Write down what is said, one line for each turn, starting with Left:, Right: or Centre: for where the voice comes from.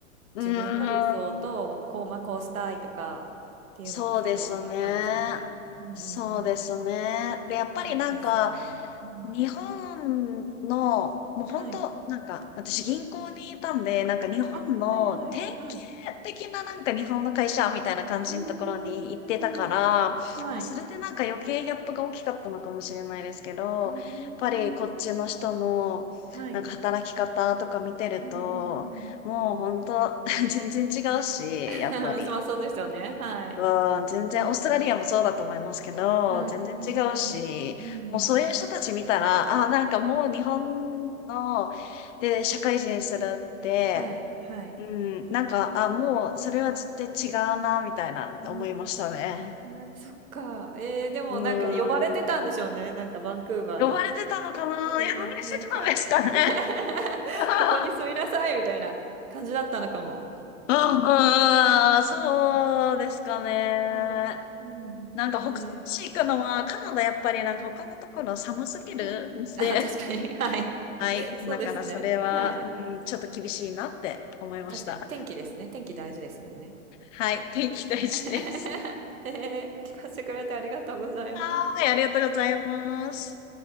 Left: うー
Right: 自分の理想と、
Left: ん。
Right: こう、まあ、こうしたいとかっていうのがきっとあったんでしょうね。
Left: そうですね。
Right: うんうんうん。
Left: そうですね。で、やっぱりなんか、
Right: いいですね。うん。
Left: 日本の、もう本当、
Right: はい。
Left: なんか、私銀行にいたんで、なんか日本の典
Right: あ、はいはいはい。
Left: 型的ななんか日本の会社みたいな感じのところに行ってたから、
Right: うーん。
Left: もうそれでなんか余計ギャップが大きかったのかもしれないですけど、
Right: はい。うーん。
Left: やっぱりこっちの人のなんか働き方とか見てると、
Right: はい。うんうんうん。
Left: もう本当、<laughs> 全然違うし、
Right: <laughs>
Left: やっぱり。
Right: まあそうですよね、はい。
Left: うん、全然、
Right: うんうん。
Left: オーストラリアもそうだと思いますけど、
Right: はい。
Left: 全然違うし、
Right: うんうん。
Left: もうそういう人たち見たら、
Right: うん。
Left: ああ、なんかもう日本の、で、社会人するって、
Right: はいはい。
Left: うん、なんか、あ、もうそれは絶対違うな、みたいな思いましたね。
Right: うーん、そっか。えーでもなんか呼ばれてたんでしょうね、
Left: うん。
Right: なんかバンクーバーに。
Left: 呼ばれてたのかな呼ばれてたんですかね。
Right: うーん、なんか <laughs>、
Left: <laughs>
Right: ここに住みなさいみたいな感じだったのかも。
Left: あ、
Right: うんう
Left: うん、そうですかね。
Right: んうん。はい。うんうん。
Left: なんか他の市行くのは、
Right: えー
Left: カナダやっぱりなんか他のところ寒すぎるんで、
Right: はい。あ、確かに、<laughs> はい。
Left: <laughs> はい。
Right: そうですね。
Left: だからそれは、
Right: はい。
Left: うん、ちょっと厳しいなって思いました。
Right: 確かに天気ですね。天気大事ですもんね。
Left: はい。天気大事です。
Right: <laughs> えー聞かせてくれてありがとうございます。
Left: はーい。ありがとうございます。